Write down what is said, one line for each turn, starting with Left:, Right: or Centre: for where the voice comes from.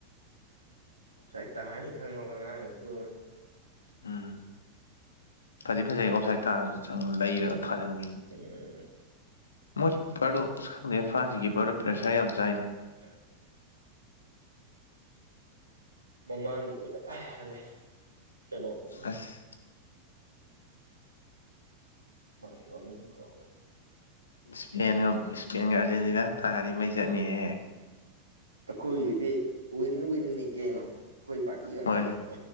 Right: ꯁꯥꯏ ꯇꯥꯅꯤ ꯈꯪꯉꯕꯉꯅꯤ ꯑꯗꯨ
Left: ꯎꯝ ꯐꯗꯤ ꯐꯖꯩ ꯑꯣꯞꯁꯥꯏꯠ ꯇꯥꯔꯁꯨ ꯆꯪꯉꯨ ꯂꯩꯔꯒ ꯊꯥꯖꯤꯟꯈꯤ
Right: ꯎ
Left: ꯃꯣꯏ ꯀꯤꯄꯔꯗꯣ ꯑꯁ ꯈꯪꯗꯦ ꯐꯥꯁꯤ ꯀꯤꯄꯔꯗꯣ ꯄ꯭ꯔꯦꯁꯔ ꯌꯥꯝ ꯆꯥꯏꯅ
Right: <unintelligible> ꯃꯃꯥꯡꯒꯤꯗꯨꯅ ꯀꯥ ꯍꯂꯦ ꯀꯩꯅꯣꯗꯨꯅ
Left: ꯑꯁ
Right: ꯃꯥꯅꯤ ꯀꯦ
Left: ꯏꯁꯄꯦꯟ ꯏꯁꯄꯦꯟ ꯑꯥꯔꯖꯦꯟꯇꯤꯅꯥ ꯇꯥꯔꯤ ꯃꯩ ꯆꯠꯅꯤꯍꯦ
Right: ꯑꯩꯈꯣꯏꯒꯤꯗꯤ ꯋꯤꯟ ꯋꯤꯤꯟꯅꯤ ꯀꯩꯅꯣ ꯑꯩꯈꯣꯏ ꯄꯥꯔꯇꯤ ꯉꯥꯛꯇꯅꯤ
Left: ꯃꯣꯏ